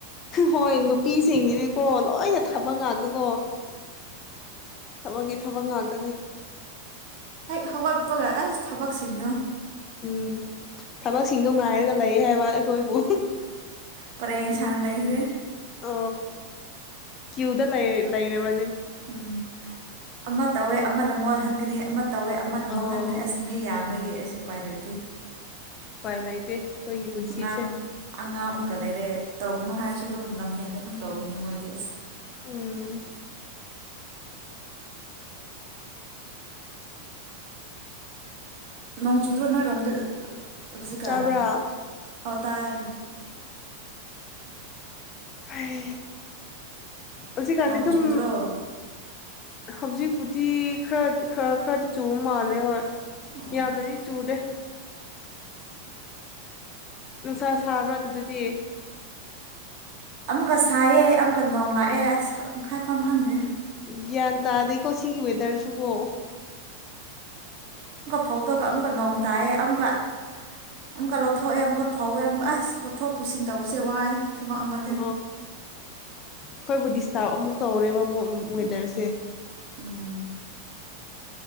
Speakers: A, on the left; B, on the right.
A: ꯍꯣꯏ ꯅꯨꯄꯤꯁꯤꯡꯒꯤꯗꯤꯀꯣ ꯂꯣꯏꯅ ꯊꯥꯕꯛ ꯉꯥꯛꯇꯀꯣ ꯊꯕꯛꯀꯤ ꯊꯕꯛ ꯉꯥꯛꯇꯅꯤ
B: ꯍꯦꯛ ꯍꯧꯒꯠꯄꯒ ꯑꯁ ꯊꯕꯛꯁꯤꯡꯗꯣ
A: ꯎꯝ ꯊꯕꯛꯁꯤꯡꯗꯣ ꯉꯥꯏꯔꯒ ꯂꯩ ꯍꯥꯏꯕ ꯀꯣꯏꯕꯨ
B: ꯄꯔꯦꯡ ꯁꯥꯅ ꯂꯩꯈ꯭ꯔꯦ
A: ꯑ ꯀꯤꯌꯨꯗ ꯂꯩ ꯂꯩꯔꯕ
B: ꯎꯝ ꯑꯃ ꯇꯋꯦ ꯑꯃꯅ ꯃꯣꯠꯍꯟꯒꯅꯤ ꯑꯃ ꯇꯧꯋꯦ ꯑꯃꯅ
A: ꯑꯣ
B: ꯃꫭꯠꯍꯟꯒ꯭ꯔꯦ ꯑꯁ ꯃꯤ ꯌꯥꯝꯕꯒ ꯑꯁ ꯎꯄꯥꯏ ꯂꯩꯇꯦ
A: ꯑꯄꯥꯏ ꯂꯩꯇꯦ ꯑꯩꯈꯣꯏꯒꯤ ꯄꯨꯟꯁꯤꯁꯦ
B: ꯑꯉꯥꯡ ꯑꯉꯥꯡ ꯑꯃꯨꯛꯀ ꯂꯩꯔꯦ ꯇꯧꯒꯅꯨ ꯍꯥꯏꯔꯁꯨ ꯑꯗꯨꯝ ꯂꯝ ꯍꯦꯟꯒ ꯑꯗꯨꯝ ꯇꯧꯒꯅꯤ ꯃꯣꯏꯗꯤ ꯑꯁ
A: ꯎꯝ
B: ꯅꯣꯡ ꯆꯨꯗ꯭ꯔꯣ ꯅꯣꯏꯔꯣꯝꯗ ꯌꯧꯖꯤꯛ ꯀꯟ
A: ꯇꯥꯕ꯭ꯔꯥ
B: ꯑꯥꯎ ꯇꯥꯏꯌꯦ
A: ꯑꯩ ꯍꯧꯖꯤꯛ ꯀꯥꯟꯗꯤ
B: ꯅꯣꯡ
A: ꯑꯗꯨꯝ
B: ꯆꯨꯗ꯭ꯔꯣ
A: ꯍꯧꯖꯤꯛꯄꯨꯗꯤ ꯈꯔꯗꯤ ꯈꯔ ꯈꯔꯗꯤ ꯆꯨꯕ ꯃꯥꯜꯂꯦ ꯍꯣꯏ
B: ꯑꯣ
A: ꯌꯥꯝꯅꯗꯤ ꯆꯨꯗꯦ ꯅꯨꯡꯁꯥ ꯁꯥꯕ꯭ꯔꯥ ꯑꯗꯨꯗꯗꯤ
B: ꯑꯃꯨꯛꯀ ꯁꯥꯏꯌꯦꯦ ꯑꯃꯨꯛꯀ ꯅꯣꯡꯂꯛꯑꯦ ꯑꯁ ꯃꯐꯝꯐꯝ ꯈꯪꯗꯦ
A: ꯒ꯭ꯌꯥꯟ ꯇꯥꯗꯦꯀꯣ ꯁꯤꯒꯤ ꯑꯣꯏ ꯏ ꯗꯔꯁꯨꯨꯒ
B: ꯐꯧꯗꯣꯛꯒ ꯑꯃꯨꯛꯀ ꯅꯣꯡ ꯇꯥꯏꯌꯦ ꯑꯃꯨꯛꯀ ꯑꯃꯨꯛꯀ ꯂꯧꯊꯣꯛꯑꯦ ꯑꯃꯨꯛꯀ ꯐꯧꯋꯦ ꯑꯃꯨꯛꯀ ꯑꯁ ꯑꯁ ꯄꯨꯠꯊꯣꯛ ꯄꯨꯁꯤꯟ ꯇꯧꯕꯁꯦ ꯋꯥꯏ ꯊꯕꯛ ꯑꯃꯅꯦ
A: ꯑꯣ ꯑꯩꯈꯣꯏꯕꯨ ꯗꯤꯁꯇꯥꯔꯕ ꯑꯃꯨꯛ ꯇꯧꯔꯦꯕ ꯑꯃꯨꯛ ꯎ ꯋꯦꯗꯔꯁꯦ
B: ꯎꯝ ꯎꯝ